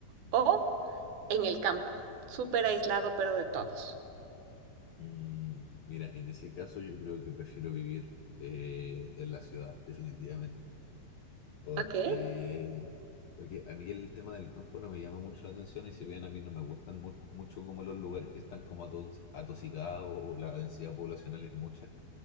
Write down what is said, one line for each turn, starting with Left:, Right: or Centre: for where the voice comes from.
Right: o en el campo, súper aislado, pero de todos?
Left: Mm, mira, en ese caso yo creo que prefiero vivir eh, en la ciudad, definitivamente. Porque,
Right: Ok,
Left: porque a mí el tema del campo no me llama mucho la atención y si bien a mí no me gustan mu- mucho como los lugares que están como atos- atosigados o la densidad poblacional es mucha,